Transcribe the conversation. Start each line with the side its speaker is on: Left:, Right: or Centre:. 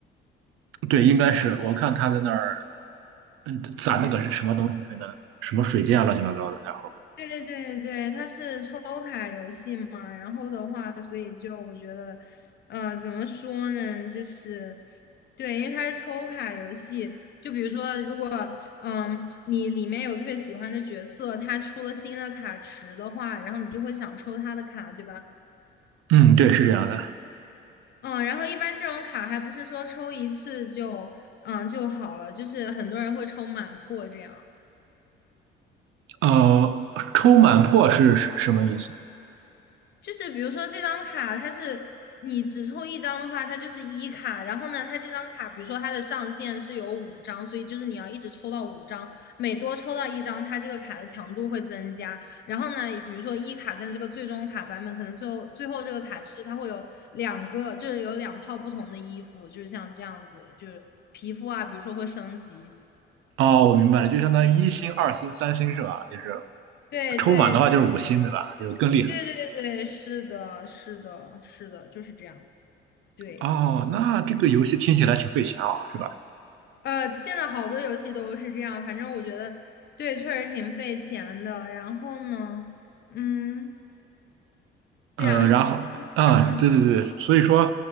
Right: 对，应该是我看他在那儿。嗯，攒那个是什么东西？
Left: 对。
Right: 那个什么水晶啊，乱七八糟的。然后，
Left: 对对对，对，它是抽卡游戏嘛，然后的话，所以就我觉得，呃，怎么说呢，就是对，因为它是抽卡游戏，就比如说，如果嗯你里面有特别喜欢的角色，它出了新的卡池的话，然后你就会想抽它的卡，对吧？
Right: 嗯，对，是这样的。
Left: 嗯，然后一般这种卡还不是说抽一次就嗯就好了，就是很多人会抽满破这样。
Right: 呃，抽满破是是什么意思？
Left: 就是比如说这张卡，它是你只抽一张的话，它就是一卡。然后呢，它这张卡，比如说它的上限是有五张，所以就是你要一直抽到五张，每多抽到一张，它这个卡的强度会增加。然后呢，比如说一卡跟这个最终卡版本，可能最后最后这个卡是它会有两个，就是有两套不同的衣服，就是像这样子，就是皮肤啊，比如说会升级。
Right: 哦，我明白了，就相当于一星、二星、三星是吧？就是
Left: 对对
Right: 抽满的话就是五星，对吧？就是更厉害。
Left: 对对对对，是的，是的，是的，就是这样。对。
Right: 哦，那这个游戏听起来挺费钱啊，是吧？
Left: 呃，现在好多游戏都是这样，反正我觉得对，确实挺费钱的。然后呢，嗯，
Right: 呃，
Left: 对啊，<laughs>
Right: 然后啊，
Left: 这样啊，
Right: 对对对，所以说，